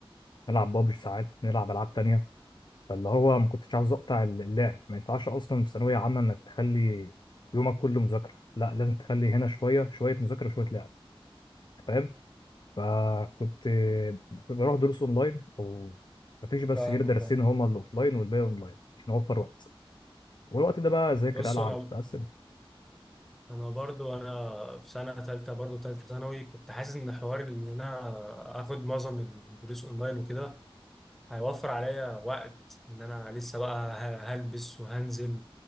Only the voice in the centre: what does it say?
فاهمك
فاهم
بص
انا
انا برضو انا في سنه ثالثه برضو ثالثه ثانوي كنت حاسس ان حوار ان انا اخد معظم الدروس اونلاين وكده هيوفر عليا وقت ان انا لسه بقى ه- هلبس وهنزل